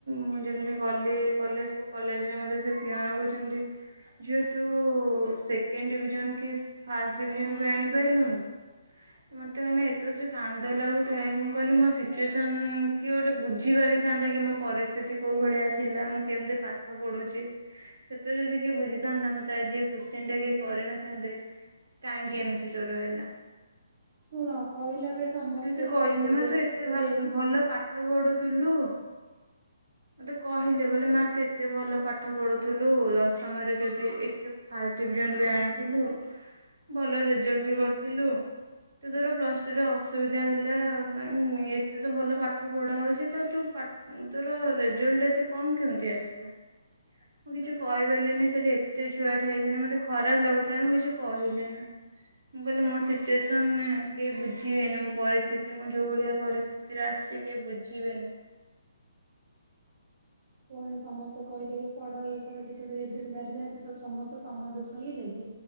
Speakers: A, on the right (about 75°); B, on the right (about 45°).
A: ମୁଁ ଯେମିତି ଗଲି କଲେଜକୁ କଲେଜ ରେ ମତେ ସେ ପିଅନ କହୁଚନ୍ତି ଝିଅ ତୁ ସେକେଣ୍ଡ ଡିଭିଜନ କି ଫାଷ୍ଟ ଡିଭିଜନ ବି ଆଣିପାରିଲୁନୁ? ମୋତେ ମାନେ ଏତେ ଜୋରେ କାନ୍ଦ ଲାଗୁଥାଏ ମୁଁ କହିଲି ମୋ ସିଚୁଏସନ କିଏ ଗୋଟେ ବୁଝି ପାରିଥାନ୍ତା କି ମୋ ପରିସ୍ଥିତି କୋଉ ଭଳିଆ ଥିଲା। ମୁଁ କେମିତି ପାଠ ପଢୁଚି? ସେତେ ଯଦି କିଏ ବୁଝିଥାନ୍ତା ମୋତେ ଆଜି ଏ କୋଶ୍ଚିନ୍ ଟା କିଏ କରିନଥାନ୍ତେ। କାହିଁକି ଏମିତି ତୋର ହେଲା?
B: ଶୁଣ କହିଲା ବେଳେ ସମସ୍ତେ
A: ତେ ସେ କହିଚନ୍ତି
B: କହିଦେବେ
A: ମା ତୁ ଏତେ
B: କିନ୍ତୁ
A: ଭଲ
B: ରେ-
A: ପାଠ ପାଠ ପଢୁଥିଲୁ ମତେ କହିଲେ କହିଲେ ମା ତୁ ଏତେ ଭଲ ପାଠ ପଢୁଥିଲୁ ଦଶମରେ ଯଦି ଏତେ ଫାଷ୍ଟ ଡିଭିଜନ
B: ହଁ
A: ବି ଆଣିଥିଲୁ ଭଲ ରେଜଲ୍ଟ ବି କରିଥିଲୁ। ତ ତୋର ପ୍ଲସ ଟୁରେ ଅସୁବିଧା ହେଲା କାଇଁ ନେ ଏତେ ତ ଭଲ ପାଠ ପଢା ହଉଚି ତ ତୁ ପା ତୋର ରେଜଲ୍ଟ ଏତେ କମ୍ କେମିତି ଆସିଲା? ମୁଁ କିଛି କହିପାରିଲିନି ସେଠି ଏତେ ଛୁଆ ଠିଆ ହେଇଚନ୍ତି ମତେ ଖରାପ ଲାଗୁଥାଏ ମୁଁ କିଛି କହିଲି <unintelligible> ମୁଁ କହିଲି ମୋ ସିଚୁଏସନ କେହି ବୁଝିବେନି ମୋ ପରିସ୍ଥିତି ମୋ ଯୋଉ ଭଳିଆ ପରିସ୍ଥି ତି ରେ ଆସିଚି କେହି ବୁଝିବେନି।
B: କୁହନି ସମସ୍ତେ କହିଦେବେ ପଢ ଇଏ କର ଯେତେବେଳେ ରେଜଲ୍ଟ ବାହାରିବେ ନା ସେତେବେଳେ ସମସ୍ତେ ତମ ଦୋଷ ହିଁ ଦେବେ।